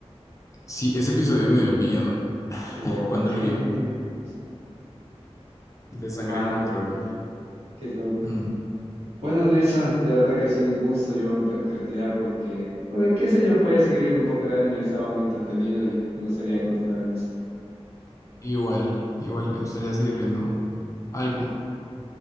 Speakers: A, on the left; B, on the right.
A: Sí, ese episodio me dio miedo <laughs>
B: Wow.
A: cuando
B: <laughs>
A: lo vi, de Sangre
B: Wow,
A: Control.
B: qué, qué loco.
A: Mm,
B: Bueno, Nelson, de verdad que ha sido un gusto. Yo me tengo que retirar porque, eh, qué sé yo, voy a seguir viendo un poco de anime. Estaba muy entretenido y me gustaría continuar en eso.
A: Igual, igual me gustaría seguir viendo algo.